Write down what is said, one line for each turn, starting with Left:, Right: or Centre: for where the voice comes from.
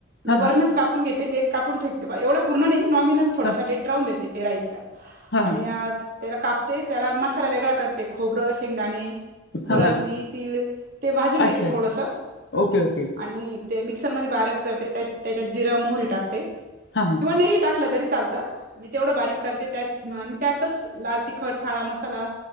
Left: हा
Right: मी वरणच
Left: हा
Right: कापून घेते देट कापून फेकते ते एवढा पूर्ण नाही नॉमिनल थोडासा
Left: हा
Right: देठ राहून देते पेरा इतका
Left: हा
Right: आणि
Left: हा
Right: त्याला कापते त्याला मसाला वेगळा करते खोबरं, शेंगदाणे खुरसणी,
Left: हा हा
Right: तीळ ते भाजून घेते
Left: अच्छा
Right: थोडस
Left: ओके ओके
Right: आणि ते मिक्सरमध्ये बारीक करते, त्या त्याच्यात जिरा, मोहरी टाकते
Left: हा हां..
Right: किंवा नाही टाकल तरी चालत, मी तेवढं बारीक करते, त्या त्यातच लाल तिखट, काळा मसाला